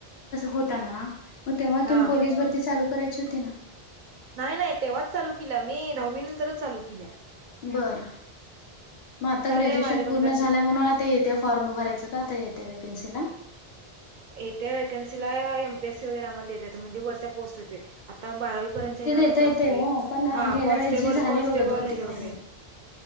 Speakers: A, on the left (about 80°); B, on the right (about 60°).
A: होग तेव्हा
B: हा
A: तम पोलीस भरती चालू करायची होती ना <unintelligible>
B: नाही नाही तेव्हाच चालू केला मी दहावी नंतरच चालू केल्या
A: बरं मग आता
B: चाललंय
A: ग्रॅज्युएशन
B: माझे पण
A: पूर्ण
B: प्रॅक्टिस
A: झाल्या म्हणून आता येते फॉर्म उभरायचं का आता येते वेकन्सीला
B: येत्या व्हॅकन्सीला एमपीएससी वगैरे आम्हाला दता येत म्हणजे वरच्या पोस्ट होते आता बारावी क
A: ते देता येते हो पण
B: ह
A: गेल्या
B: क
A: वेळेस जी झाली
B: कन्टेल
A: बघा
B: वरे
A: दोन तीन महिने
B: <unintelligible>